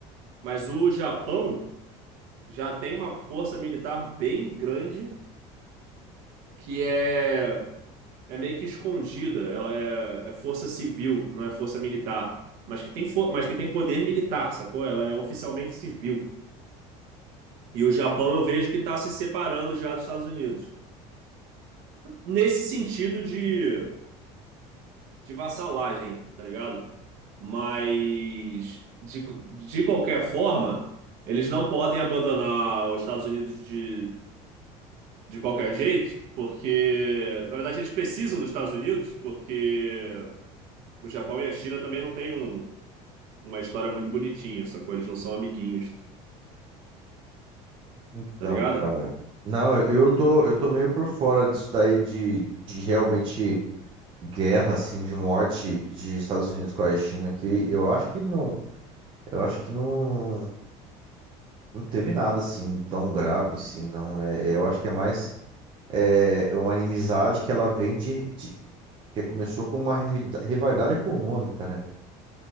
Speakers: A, on the right; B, on the right.
A: Mas o Japão já tem uma força militar bem grande que é é meio que escondida. Ela é, é força civil, não é força militar. Mas que tem, fo- mas que tem poder militar, sacou? Ela é oficialmente civil. E o Japão eu vejo que está se separando já dos Estados Unidos. Nesse sentido de, de vassalagem, tá ligado? Mas, de, de qualquer forma, eles não podem abandonar os Estados Unidos de, de qualquer jeito, porque, na verdade, eles precisam dos Estados Unidos, porque o Japão e a China também não têm um uma história muito bonitinha, sacou? Eles não são amiguinhos,
B: Então,
A: tá ligado?
B: cara. Não, eu, eu tô,
A: Já teve
B: eu tô meio por fora disso daí de, de realmente guerra, assim, de morte de Estados Unidos com a China, que eu acho que não, eu acho que não, não teve nada, assim, tão grave, assim, não. É, eu acho que é mais é, é uma inimizade que ela vem de, de- que começou com uma rivi- rivalidade econômica, né?